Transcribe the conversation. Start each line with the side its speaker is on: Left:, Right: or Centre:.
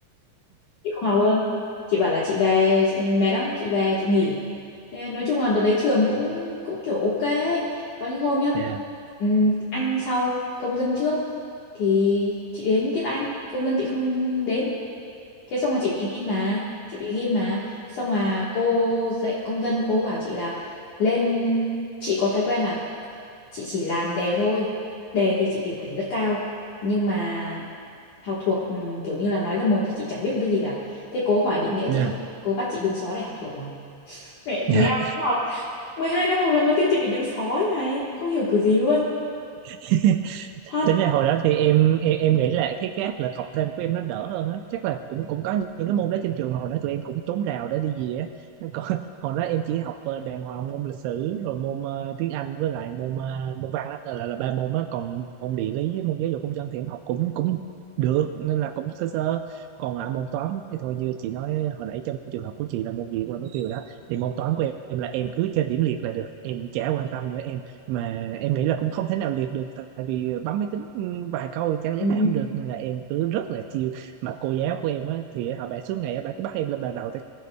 Left: chị không học luôn chị bảo là chị về chị mệt lắm chị về chị nghỉ Thế nói chung là đợt đấy trường cũng cũng kiểu ok ấy. có những hôm nhá
Right: yeah
Left: ừm, anh sau công dân trước thì chị đến tiết anh công dân chị không đến thế xong là chị bị ghim mà chị bị ghim mà xong là cô dạy công dân cô bảo chị là lên chị có thói quen là chị chỉ làm đề thôi đề thì chị được điểm rất cao nhưng mà học thuộc ừ, kiểu như là nói ra mồm thì chị chẳng biết một cái gì cả thế cố hỏi định nghĩa
Right: yeah
Left: chị không cô bắt chị đứng xó để học thuộc mà Mẹ 12
Right: yeah
Left: năm học 12 năm học lần đầu tiên chị bị đứng sói này Không hiểu kiểu gì luôn
Right: <laughs>
Left: Thật
Right: tính ra hồi đó thì em em, em nghĩ là cái gap là học thêm của em nó đỡ hơn á chắc là cũng cũng có những cái môn đó trên trường hồi đó tụi em cũng trốn rào để đi về á Nó có- <laughs> hồi đó em chỉ học ờ, đàng hoàng môn lịch sử rồi môn ờ, tiếng Anh với lại môn ờ, môn văn đó là là là ba môn á còn môn địa lý với môn giáo dục công dân thì em học cũng cũng được nên là cũng sơ sơ còn lại môn toán thì thôi như chị nói hồi nãy trong trường hợp của chị là môn gì quên mất tiêu rồi đó thì môn toán của em là em cứ trên điểm liệt là được em chả quan tâm nữa em mà em nghĩ là cũng không thể nào liệt được tại vì bấm máy tính ừ, vài câu chẳng lẽ
Left: Ừ.
Right: là không được nên là em cứ rất là chiều mà cô giáo của em á thì họ bà suốt ngày á, bà cứ bắt em lên bàn đầu tại